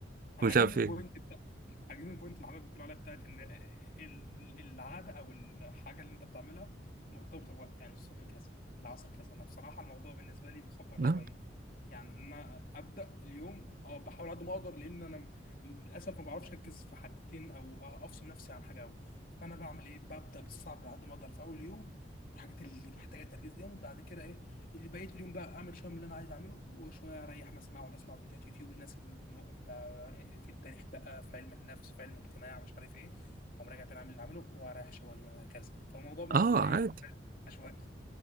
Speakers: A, on the left (about 50°); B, on the right (about 50°).
A: انا
B: مش
A: عاجبني
B: عارف
A: البوينت
B: ايه
A: عاجبني البوينت اللي حضرتك بتقول عليها بتاعت ان ال- العاده او الحاجه اللي انت بتعملها مرتبطه بوقت يعني الصبح كذا العصر كذا انا بصراحه الموضوع بالنسبه لي مخبر شويه
B: اه
A: يعني انا ابدا اليوم اه بحاول قد ما اقدر لان انا للاسف ما بعرفش اركز في حاجتين او افصل نفسي عن حاجه قوي فانا بعمل ايه ببدا بالصعب على قد ما اقدر في اول يوم والحاجات اللي محتاجه تركيز جامد بعد كده إيه؟ اللي بقيت اليوم بقى اعمل شويه من اللي انا عايز اعمله وشويه اريح مثلا اقعد اسمع فيديوهات يوتيوب للناس اللي بم- ب- في التاريخ بقى في علم النفس في علم الاجتماع مش عارف ايه واقوم راجع تاني اعمل اللي عامله واريح شويه وهكذا فالموضوع بالنسبه
B: آه،
A: لي ايه
B: عادي
A: عشوائي